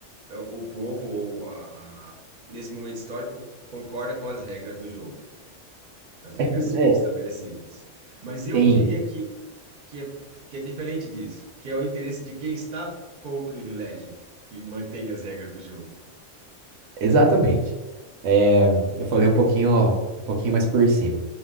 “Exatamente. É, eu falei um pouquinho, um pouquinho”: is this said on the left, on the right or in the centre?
Right